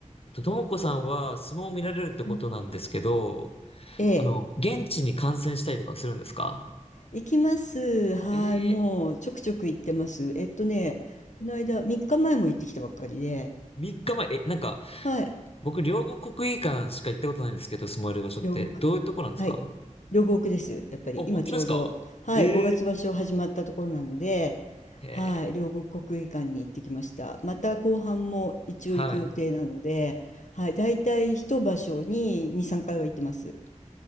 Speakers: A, on the left (about 50°); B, on the left (about 70°).
A: えっと、ともこさんは相撲を見られるってことなんですけど、
B: はい。ええ、
A: あの、現地に観戦したりとかするんですか
B: 行きます。はい、
A: えー、
B: もうちょくちょく行ってます。えっとね、この間、3日前も行ってきたばっかりで、
A: 3日前、え、なんか、
B: はい、
A: 僕、両国国技館しか行ったことないんですけど、相撲やる場所って、
B: 両国。
A: どういうとこなんですか
B: はい、両国です。やっぱり今ちょうど、
A: あ、本当ですかえー、
B: はい、5月場所始まったところなので、
A: えー、
B: はい、両国国技館に行ってきました。また後半も一応行く予定なので、
A: はい。
B: はい、大体一場所に2、3回は行ってます。